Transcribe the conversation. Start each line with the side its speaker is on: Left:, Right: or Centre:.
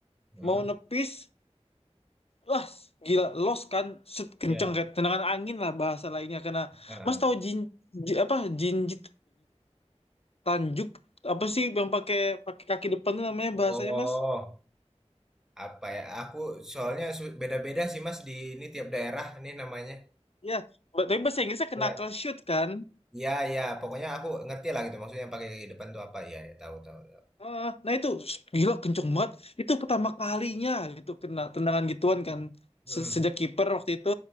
Centre: mm,
Left: mau
Centre: mm.
Left: nepis wah gila los kan Set, kenceng
Centre: Ya.
Left: kayak tendangan angin lah bahasa lainnya karena
Centre: Heeh.
Left: mas tahu jin, ji- apa jinjit Tanjuk apa sih yang pakai pakai kaki depan tuh namanya
Centre: Oh.
Left: bahasanya Mas?
Centre: apa ya aku soalnya su- beda-beda sih mas di ini tiap daerah ini namanya
Left: Ya, ba- tapi bahasa Inggrisnya knuckle
Centre: ya
Left: shoot kan?
Centre: ya ya pokoknya aku ngerti lah gitu maksudnya yang pakai kaki depan tuh apa ya ya tahu tahu, tahu.
Left: Heeh. nah itu s- gila kenceng banget. Itu pertama kalinya itu kena tendangan gituan kan.
Centre: Hmm.
Left: Se- Sejak kiper waktu itu